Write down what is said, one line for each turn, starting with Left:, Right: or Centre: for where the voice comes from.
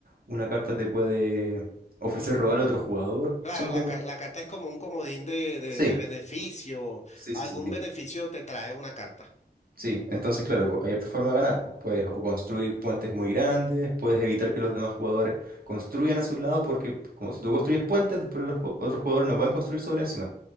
Right: una carta te puede ofrecer robar a otro jugador.
Left: claro,
Right: Son
Left: la,
Right: como...
Left: ca- la carta es como un comodín de, de
Right: Sí,
Left: de beneficio.
Right: sí,
Left: Algún
Right: sí, sí, sí.
Left: beneficio te trae una carta.
Right: Sí, entonces claro, po, hay otra forma de ganar, pues puedes o construir puentes muy grandes, puedes evitar que los demás jugadores construyan a su lado, porque como si tú construyes puentes, después los ju- otros jugadores no pueden construir sobre encima.